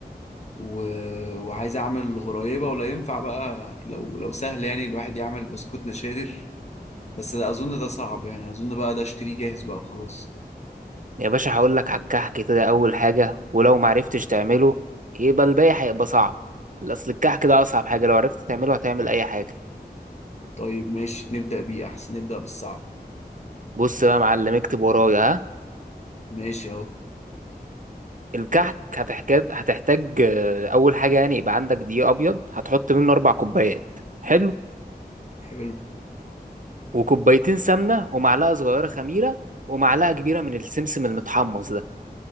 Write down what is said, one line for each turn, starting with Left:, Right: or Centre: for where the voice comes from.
Left: و... وعايز اعمل غرايبة ولا ينفع بقى لو لو سهل يعني الواحد يعمل بسكوت نشادر بس ده اظن ده صعب يعني اظن بقى ده اشتريه جاهز بقى وخلاص
Right: يا باشا هقول لك على الكحك كده اول حاجه ولو ما عرفتش تعمله يبقى الباقي هيبقى صعب اصل الكحك ده اصعب حاجه لو عرفت تعمله هتعمل اي حاجه
Left: طيب ماشي نبدأ بيه احسن نبدأ بالصعب
Right: بص بقى يا معلم اكتب ورايا ها
Left: ماشي اهو
Right: الكحك هتحتاج هتحتاج آه، اول حاجه يعني يبقى عندك دقيق ابيض هتحط منه اربع كوبايات حلو
Left: حلو
Right: وكوبايتين سمنه ومعلقه صغيره خميره ومعلقه كبيره من السمسم المتحمص ده